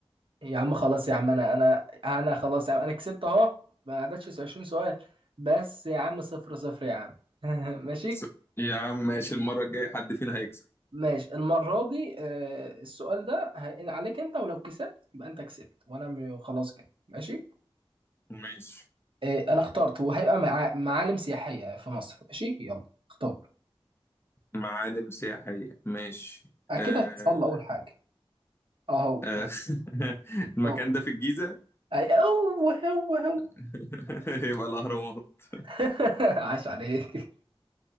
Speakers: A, on the right; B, on the left.
A: يا عم خلاص يا عم انا انا انا خلاص يا عم انا كسبت اهو ما عدتش 20 سؤال بس يا عم صفر صفر يا عم <laughs> ماشي
B: بس- يا عم ماشي المره الجايه حد فينا هيكسب
A: ماشي المرة دي آه، السؤال ده هينقل عليك انت ولو كسبت يبقى انت كسبت وانا م- خلاص كده ماشي
B: ماشي
A: آه، انا اخترت وهيبقى مع... معالم سياحية في مصر ماشي يلا اختار
B: معالم سياحيه ماشي
A: اكيد
B: آه
A: هتسأل اول حاجة اهو
B: آه
A: اهو
B: <laughs> المكان
A: اهو
B: ده في الجيزه
A: اي اهو اهو اهو
B: <laughs> يبقى الاهرامات
A: <laughs> عاش عليك